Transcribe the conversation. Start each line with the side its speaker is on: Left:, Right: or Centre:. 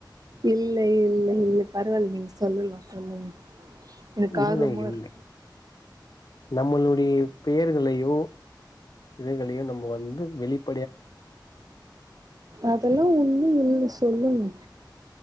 Right: இல்ல இல்ல இல்ல பரவால்ல நீங்க சொல்லலா சொல்லுங்க எனக்கு
Left: இல்லை
Right: ஆர்வமா
Left: இல்லை
Right: இருக்கு
Left: நம்மளுடைய பெயர்களையோ இதுகளையோ நம்ம வந்து வெளிப்
Right: அதெல்லா ஒன்னும் இல்ல சொல்லுங்க